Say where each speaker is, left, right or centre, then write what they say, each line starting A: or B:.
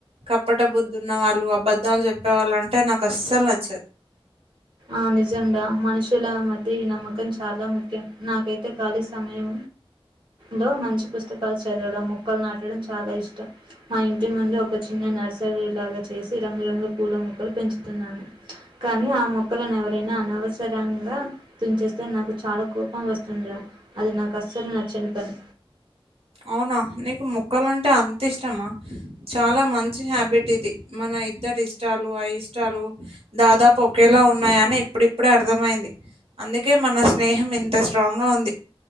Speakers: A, on the right; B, on the right.
A: కప్పట బుద్దున్న వాళ్ళు అబద్ధాలు చెప్పేవాళ్ళు అంటే నాకు అసలు నచ్చ
B: ఆ నిజం రా మనుషుల మధ్య ఈ నమ్మకం చాలా ముఖ్యం నాకైతే ఖాళీ సమయం లో మంచి పుస్తకాలు చదవడం ముక్కలు నాటడం చాలా ఇష్టం మా ఇంటి ముందు ఒక చి నర్సరీ లాగా చేసి రంగురంగుల పూల మొక్కలు పెంచుతున్నాను కానీ ఆ మొక్ కుక్కలను ఎవరైనా అనవసరంగా తుంచేస్తే నాకు చాలా కోపం వస్తుంది అది నాకస అసలు నచ్చని పని
A: అవునా నీకు ముక్కలు అంటే అంత ఇష్టమా చాలా మంచి హ్యాబిట్ ఇది మన ఇద్దరు ఇష్టాలు అ ఇష్టాలు దాదాపు ఒకేలా ఉన్నాయని ఇప్పుడిప్పుడే అర్థమయింది అందుకే మన స్నేహం ఇంత స్ట్రాంగ్ గా ఉంది